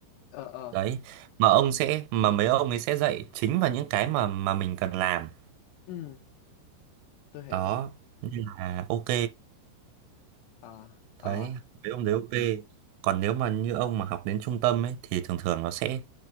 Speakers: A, on the left; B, on the right.
A: ờ ờ
B: đấy mà ông sẽ mà mấy ông ấy sẽ dạy chính vào những cái mà mà mình cần làm
A: ừ tôi hiểu
B: đó nên là ok
A: ờ ờ
B: đấy mấy ông đấy ok còn nếu mà như ông mà học đến trung tâm ấy thì thường thường nó sẽ